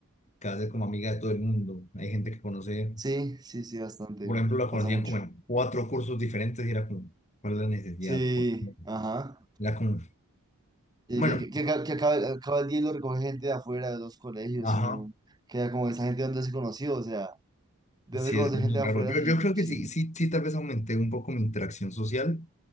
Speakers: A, on the left; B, on the right.
A: que hace como amiga de todo el mundo. Hay gente que conoce,
B: Sí, sí, sí, bastante.
A: por ejemplo, la
B: Pasa
A: conocían
B: mucho.
A: como en cuatro cursos diferentes y era como, ¿cuál es la necesidad?
B: Sí,
A: Por- qué?
B: ajá.
A: Era como,
B: Y
A: bueno,
B: que, que, que acaba, que acaba- acaba el día y lo recoge gente de afuera de los colegios
A: ajá,
B: y uno queda como esa gente de donde se conoció, o sea, de
A: sí,
B: dónde conoce
A: es muy
B: gente de
A: raro.
B: afuera,
A: Yo,
B: sí,
A: yo creo
B: sí.
A: que sí, sí, sí, tal vez aumenté un poco mi interacción social.